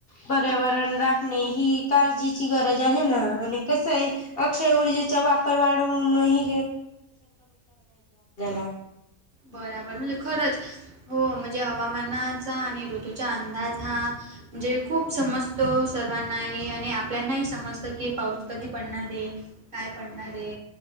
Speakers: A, on the left; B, on the right.
A: पर्यावरण राखणे, ही काळजीची गरज आहे ना, आणि कसं आहे, अक्षय ऊर्जेचा वापर वाढवूनही <unintelligible> <unintelligible>
B: बराबर, म्हणजे, खरंच हो, म्हणजे, हवामानाचा आणि र तुजा अंदाज हा <unintelligible> म्हण जे खूप समजत सर्वांनाही आणि आपल्यानाही समजत की पाऊस कधी पडणार आहे. <unintelligible> काय पडणारे